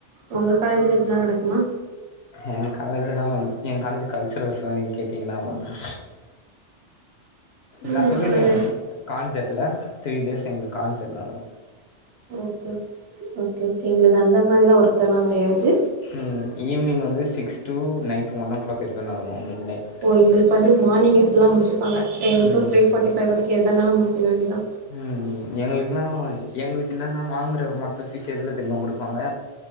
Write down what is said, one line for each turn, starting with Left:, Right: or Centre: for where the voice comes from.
Right: உங்க காலேஜுல இப்டிலா நடக்குமா
Left: எங் காலேஜ்லா வந்து எங் காலேஜ் கல்ச்சுரல்ஸ்லா நீங்க கேட்டீங்கனா அவ்ளதா
Right: ம்
Left: நா சொல்லினே
Right: சொல்லுங்க
Left: கான்செட்ல த்ரீ டேஸ் எங்களுக்கு கான்செட் நடக்
Right: ஓகே ஓகே ஓகே ஓகே எங்களுக்கு அந்த மாரிலா ஒர்த்துலா கடையாது
Left: ம் ஈவினிங் வந்து six to night one o'clock வரிக்கு நடக்கு மிட் நைட்
Right: ஓ எங்களுக்கு வந்து மார்னிங்கே ஃபுல்லா முடிச்சுப்பாங்க டென்
Left: ம்
Right: டு த்ரீ ஃபார்டி ஃபை வரைக்கு எதனாலு முடிச்சுக்க வேண்டிதா
Left: ம் எங்களுக்கெல்லா எங்களுக்கு என்னென்னா வாங்குற மத்த ஃபீஸ் எதுல தெரிமா குடுப்பாங்க